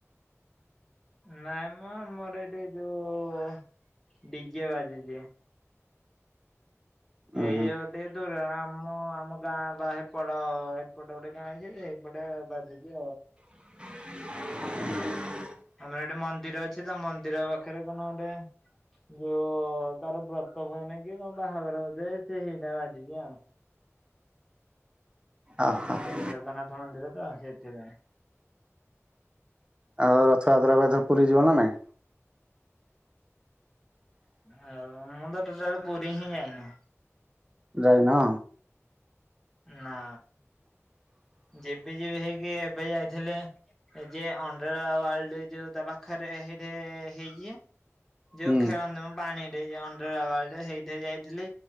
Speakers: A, in the centre; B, on the right.
A: ନାଇଁ ମ ଆମର ଏଇଠି ଯୋଉ ଡିିଯେ ବାଯୁଛି।
B: ଉୁଁ
A: ଏଇ
B: ହୁଁ
A: ଗୋଟେ ଦୂର୍ ଆମ୍ ଆମ ଆମ ଗାଁ ବା ହେପଟ ହେପଟ ଗୋଟେ ଗାଁ ହେଇଛି ହେପଟେ ବାଜୁଛି ଆଉ।
B: <inaudible>
A: ଆମର ଏଠି ମନ୍ଦିର ଅଛି ତ ମନ୍ଦିର ପାଖରେ କଣ ଗୋଟେ ଯୋଉ ତାର ବ୍ରତ ବନ କି କଣ ବାହାଘର ବୋଧେ ସେ ହେଇଟା ବାଜିଛି ଆଉ।
B: ଆହାଁ।
A: ଜଗନ୍ନାଥ ମନ୍ଦିର ତ ସେଇଥିପାଇଁ।
B: ଆଉ ରଥ ଯାତ୍ରା କୁ ଏଥର ପୁରୀ ଯିବ ନା ନାଇଁ?
A: ଆଉ ମୁଁ ତ ଟୋଟାଲ ପୁରୀ ହିଁ ଯାଇନି।
B: ଯାଇନ?
A: ନା। ଯିବି ଯିବି ହେଇକି ଏବେ ଯାଇଥିଲି ଏ ଯେ ଅଣ୍ଡ୍ର ୱାର୍ଲଡ ଯୋଉ ତା ପାଖରେ ହେଠି ହେଇଛି। ଯୋଉ
B: ହୁଁ।
A: ଖେଳନ୍ତି ମ। ପାଣିରେ ଜଉ ଅଣ୍ଡରୱର୍ଲ୍ଡ ହେଇଠି ଯାଇଥିଲି